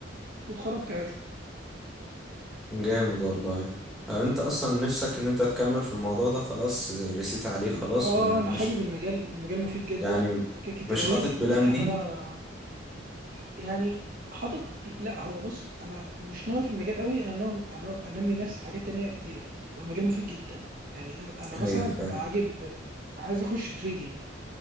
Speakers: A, on the right (about 45°); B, in the centre.
A: واتخرجت عادي
B: جامد والله طب انت اصلا نفسك ان انت تكمل في الموضوع ده خلاص رسيت عليه خلاص
A: اه
B: ما
A: انا حابب
B: مش
A: المجال المجال مفيد جدا
B: يعني
A: في حاجات كتير
B: مش
A: اوي
B: حاطط بلان
A: يعني
B: بي
A: انا ح- يعني حاطط لا هو بص انا مش ناوي في المجال قوي انا ناوي انا انمي نفسي في حاجات تانية كتيره والمجال مفيد جدا يعني ده انا مثلا
B: ايوه فاهم
A: عاجب عايز اخش تريدينج